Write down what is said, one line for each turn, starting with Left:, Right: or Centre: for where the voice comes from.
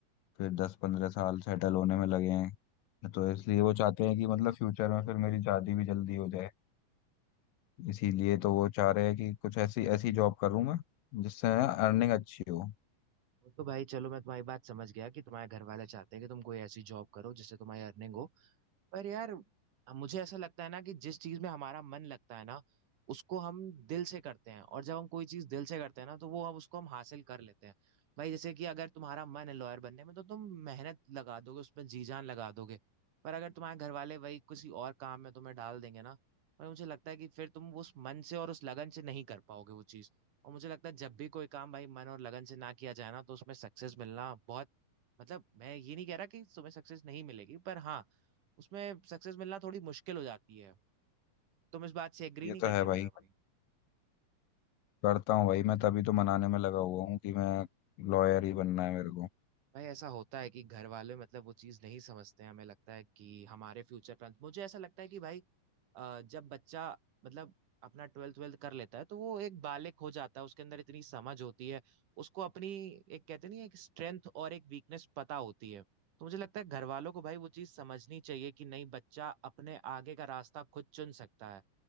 Left: फिर दस पंद्रह साल सेटल होने में लगे हैं तो इसलिए वो चाहते हैं कि मतलब फ्यूचर में फिर मेरी शादी भी जल्दी हो जाए इसीलिए तो वो चाह रहे हैं कि कुछ ऐसी ऐसी जॉब करूँ मैं जिससे अर्निंग अच्छी हो
Right: वो तो भाई चलो मैं तुम्हारी बात समझ गया कि तुम्हारे घर वाले चाहते हैं कि तुम कोई ऐसी जॉब करो जिससे तुम्हारी अर्निंग हो पर यार मुझे ऐसा लगता है ना कि जिस चीज में हमारा मन लगता है ना उसको हम दिल से करते हैं और जब हम कोई चीज दिल से करते हैं ना तो वो हम उसको हम हासिल कर लेते हैं भाई जैसे कि अगर तुम्हारा मन है लॉयर बनने में तो तुम मेहनत लगा दोगे उसमें जी जान लगा दोगे पर अगर तुम्हारे घर वाले वही किसी और काम में तुम्हें डाल देंगे ना भाई मुझे लगता है कि फिर तुम उस मन से और उस लगन से नहीं कर पाओगे वो चीज और मुझे लगता है जब भी कोई काम भाई मन और लगन से ना किया जाए ना तो उसमें सक्सेस मिलना बहुत मतलब मैं ये नहीं कह रहा कि तुम्हें सक्सेस नहीं मिलेगी पर हाँ उसमें सक्सेस मिलना थोड़ी मुश्किल हो जाती है तुम इस बात से एग्री
Left: ये
Right: नहीं करते
Left: तो है भाई
Right: बिल्कुल भाई है भाई
Left: करता हूँ भाई मैं तभी तो मनाने में लगा हुआ हूँ कि मैं लॉयर ही बनना है मेरे को
Right: भाई ऐसा होता है कि घर वाले मतलब वो चीज नहीं समझते हैं हमें लगता है कि हमारे फ्यूचर प्लान मुझे ऐसा लगता है कि भाई अ, जब बच्चा मतलब अपना ट्वेल्थ ट्वेल्थ कर लेता है तो वो एक बालिक हो जाता है उसके अंदर इतनी समझ होती है उसको अपनी एक कहते नहीं है, एक स्ट्रेंथ और एक वीकनेस पता होती है तो मुझे लगता है घर वालों को भाई वो चीज समझनी चाहिए कि नहीं बच्चा अपने आगे का रास्ता खुद चुन सकता है